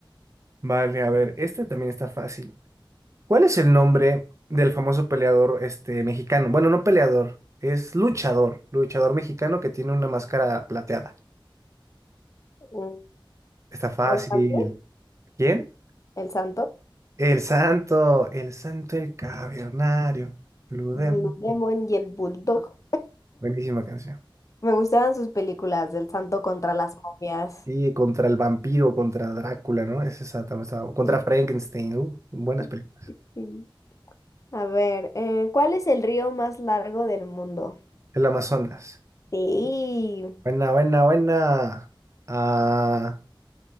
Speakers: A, on the right; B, on the left.
A: Vale, a ver, este también está fácil. ¿Cuál es el nombre del famoso peleador este, mexicano? Bueno, no peleador, es luchador, luchador mexicano que tiene una máscara plateada.
B: Mm,
A: Está fácil.
B: El santo,
A: ¿Quién?
B: el santo,
A: El santo, el santo, el cavernario. Blue
B: Blue
A: Demon.
B: Demon y el Bulldog.
A: Buenísima canción.
B: Me gustaban sus películas del santo contra las momias.
A: Sí, contra el vampiro, contra Drácula, ¿no? Esa está- también estaba- Contra
B: Sí,
A: Frankenstein, uh, buenas
B: sí,
A: películas.
B: sí, sí. A ver, eh, ¿cuál es el río más largo del mundo?
A: El Amazonas.
B: Sí.
A: Buena, buena, buena. Ah,